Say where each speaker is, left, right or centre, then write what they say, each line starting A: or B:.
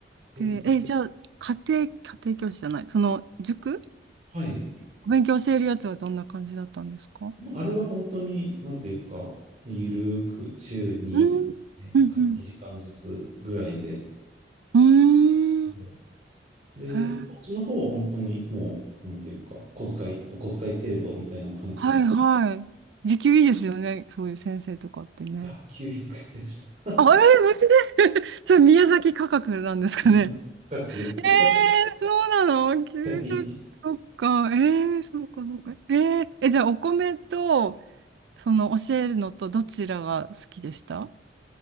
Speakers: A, on the right; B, on the right.
A: で、
B: て。え、じゃあ、家庭、家庭教師じゃない、その塾
A: はい。
B: お勉強教えるやつはどんな感じだったんですか
A: もうあれは本当に、なんていうか、ゆるーく週にね2時間ずつぐらいで、
B: うんうんうん。
A: ね
B: うーん。へ
A: で、
B: ー
A: そっちの方は本当にもう、なんていうか、小遣い、お小遣い程度みたいな感じだった。
B: はいはい。
A: い
B: <laughs> 時給いいですよね、そういう先生とかってね。
A: や、900円でした。
B: あ、えー、無事で <laughs> それ宮崎価格なんですかね。
A: 今の価格で。
B: えー、そうなの ?900
A: はい。
B: そっか。えー、そうか、そうか。えー、え、じゃあ、お米と、その、教えるのと、どちらが好きでした